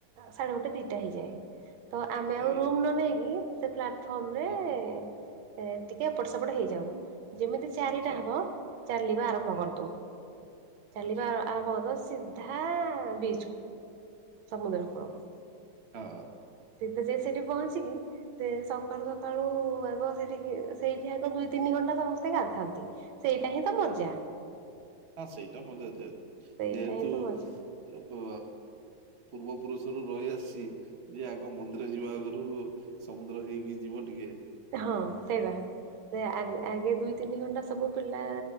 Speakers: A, on the right (about 75°); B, on the right (about 60°).
A: ସାଢେ ଗୋଟେ, ଦିଟା ହେଇଯାଏ। ତ ଆମେ ଆଉ
B: ଆଜ୍ଞା
A: ରୁମ୍ ନ ନେଇକି ସେ ପ୍ଲାଟଫର୍ମ ରେ
B: ହଁ ହଁ
A: ଏ ଟିକେଏପଟ ସେପଟ ହେଇଯାଉ ଯେମିତି ଚାରିଟା
B: ଆଚ୍ଛା
A: ହେବ ଚାଲିବା ଆରମ୍ଭ
B: ହଁ
A: କରିଦଉ ଚାଲିବା
B: ଆଚ୍ଛା
A: ଆରମ୍ଭ କରିଦଉ ସି ହଁ ବିଚଚ୍ କ ସମୁଦ୍ର କୂଳକୁ
B: ହଁ
A: ଦିଦି ଯାଇ ସେଠି ପହଞ୍ଚିକି ସେ ସକାଳୁ ସକାଳୁ ଆଗ ସେଠିକ ସେଇଠି ଆଗ ଦୁଇ ତିନି ଘଣ୍ଟା ସମସ୍ତେ ଗାଧାନ୍ତି। ସେଇଟା ହିଁ ତ ମଜା
B: ହୁଁ, ହୁଁ, ହଁ ସେଇଟା ମନରେ ଥାଏ
A: ସେଇଟା
B: ଯେହେତୁ
A: ହିଁ ତ ମଜା
B: ଆଉ ପ ପୂର୍ବ ପୁରୁଷରୁ ରହି ଆସିଛି ଯେ ଆଗ ମନ୍ଦିର ଯିବା ଆଗରୁ ସମୁଦ୍ର ହେଇକି ଯିବ ଟିକେ।
A: ହଁ ସେଇ ବା। ଆ ଆ ଆଗେ ଦୁଇ ତିନି ଘଣ୍ଟା ସବୁ ପିଲାେ